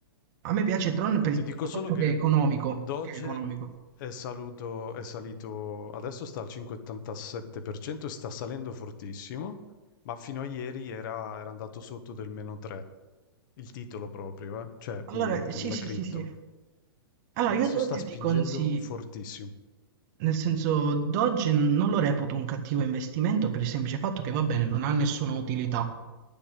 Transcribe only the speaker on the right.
a me piace Tron per
il
semplice
fatto
che è economico,
che è economico.
Allora,
sì,
sì,
sì, sì. Allora,
io ad oggi
ti consiglio,
Nel senso, Dodge non lo reputo un cattivo investimento per il semplice fatto che, va
bene, non ha nessuna utilità,